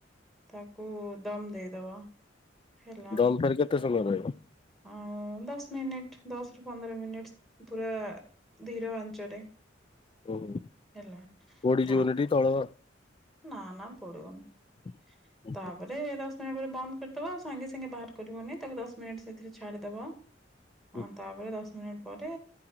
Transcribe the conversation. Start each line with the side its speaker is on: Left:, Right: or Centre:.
Centre: ତା କୁ ଦମ୍ ଦେଇଦବ। ହେଲା
Left: ଦମ ଫେରେ କେତେ ସମୟ ରହିବ?
Centre: ଆଉ ଦଶ ମିନିଟ ଦଶ ରୁ ପନ୍ଦର ମିନିଟ ପୁରା ଧୀର ଆଞ୍ଚରେ।
Left: ଉଁ ହୁଁ
Centre: ହେଲା
Left: ପୋଡ଼ି
Centre: ତା
Left: ଯିବନିଟି ତଳ।
Centre: ନା ନା ପଡିବନି।
Left: <unintelligible>
Centre: ତାପରେ ଦଶ ମିନିଟ୍ ପରେ ବନ୍ଦ କରିଦବ ଆଉ ସାଙ୍ଗେ ସାଙ୍ଗେ ବାହାର କରିବନି ତାକୁ ଦଶ ମିନିଟ୍ ସେଥିରେ ଛାଡ଼ିଦବ।
Left: <unintelligible>
Centre: ହଁ ତାପରେ ଦଶ ମିନିଟ ପରେ